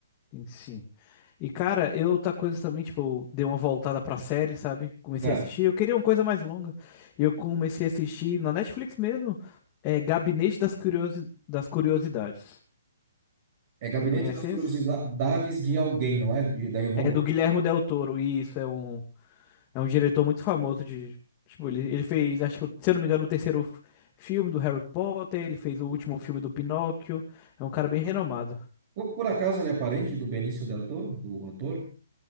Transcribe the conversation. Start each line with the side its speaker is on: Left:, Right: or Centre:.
Left: Sim, sim. E, cara, eu outra coisa também, tipo, eu dei uma voltada pra série, sabe? Comecei
Right: É.
Left: a assistir. Eu queria uma coisa mais longa. E eu comecei a assistir na Netflix mesmo. É Gabinete das Curiosi... das Curiosidades.
Right: É Gabinete
Left: Você conhece
Right: das Curiosidades
Left: esse?
Right: de Alguém, não é? De- daí o nome
Left: É do
Right: da
Left: Guilherme
Right: pessoa.
Left: Del Toro. E isso é um, é um diretor muito famoso de. Tipo, ele, ele fez, acho que, se eu não me engano, o terceiro f- filme do Harry Potter. Ele fez o último filme do Pinóquio. É um cara bem renomado.
Right: Por, por acaso ele é parente do Benício Del Toro, do ator?